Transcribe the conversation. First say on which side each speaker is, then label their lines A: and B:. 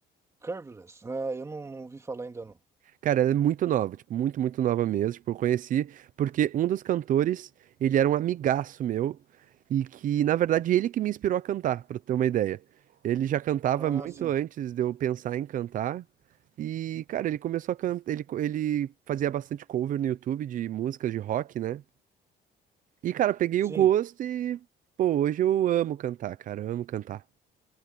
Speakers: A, on the right; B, on the right.
A: Curveless? Ah, eu não, não ouvi falar ainda não.
B: Cara, ela é muito nova, tipo, muito, muito nova mesmo. Tipo, eu conheci porque um dos cantores, ele era um amigaço meu e que, na verdade, ele que me inspirou a cantar, pra ter uma ideia. Ele já cantava
A: Ah,
B: muito
A: sim.
B: antes de eu pensar em cantar. E, cara, ele começou a cantar, ele, co- ele fazia bastante cover no YouTube de músicas de rock, né? E, cara, eu peguei
A: Sim.
B: o gosto e, pô, hoje eu amo cantar, cara, eu amo cantar.